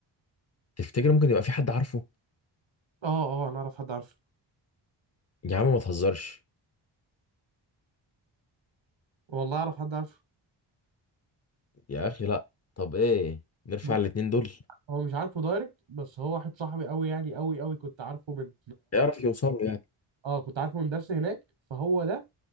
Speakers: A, on the left; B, on the right.
A: تفتكر ممكن يبقى في حد عارفه
B: اه اه انا اعرف حد عارفه
A: يا عم ما تهزرش
B: والله اعرف حد عارفه
A: يا أخي لأ طب إيه نرفع
B: بص،
A: الاتنين دول
B: هو مش عارفه دايركت بس هو واحد صاحبي قوي يعني قوي قوي كنت عارفه من
A: يعرف يوصل له يعني
B: اه كنت عارفه من درس هناك فهو ده